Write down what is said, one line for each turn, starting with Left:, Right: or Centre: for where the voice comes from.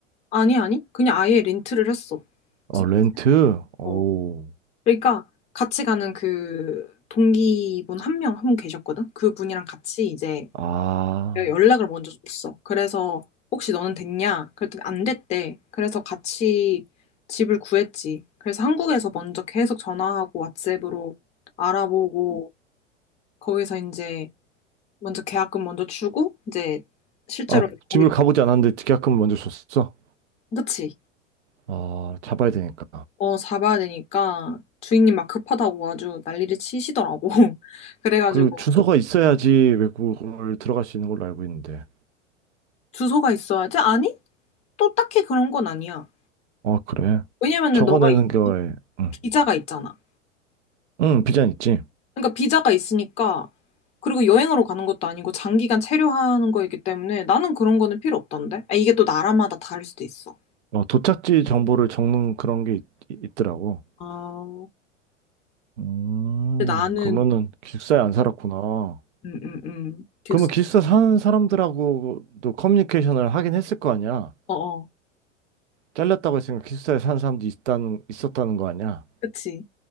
Left: 아니, 아니. 그냥 아예 렌트를 했어.
Right: 어,
Left: 집.
Right: 렌트? 오,
Left: 어. 그러니까 같이 가는 그 동기분 한 명, 한 분 계셨거든? 그분이랑 같이 이제
Right: 아,
Left: 내가 연락을 먼저 줬어. 그래서 혹시 너는 됐냐? 그랬더니 안 됐대. 그래서 같이 집을 구했지. 그래서 한국에서 먼저 계속 전화하고 왓츠앱으로 알아보고 거기서 이제 먼저 계약금 먼저 주고 이제 실제로
Right: 아, 아,
Left: 네.
Right: 집을
Left: 거기
Right: 가보지 않았는데 계약금을 먼저 줬어?
Left: 그치
Right: 아, 잡아야 되니까.
Left: 어 잡아야 되니까 주인님 막 급하다고 아주 난리를 치시더라고 <laughs> 그래가지고
Right: 그리고 주소가 있어야지 외국을 들어갈 수 있는 걸로 알고 있는데.
Left: 주소가 있어야지 아니 또 딱히 그런 건 아니야
Right: 아, 그래.
Left: 왜냐면은
Right: 적어내는
Left: 너가 이-
Right: 거에, 응,
Left: 비자가 있잖아
Right: 응, 비자는 있지.
Left: 그러니까 비자가 있으니까 그리고 여행으로 가는 것도 아니고 장기간 체류하는 거이기 때문에 나는 그런 거는 필요 없던데 아, 이게 또 나라마다 다를 수도 있어
Right: 어, 도착지 정보를 적는 그런 게 있, 있더라고.
Left: 아,
Right: 음,
Left: 근데 나는
Right: 그러면은 기숙사에 안 살았구나.
Left: 응응응 기획사
Right: 그러면 기숙사 사는 사람들하고도 커뮤니케이션을 하긴 했을 거 아니야?
Left: 어어
Right: 잘렸다고 했으니까 기숙사에 사는 사람도 있다는, 있었다는 거 아니야?
Left: 그치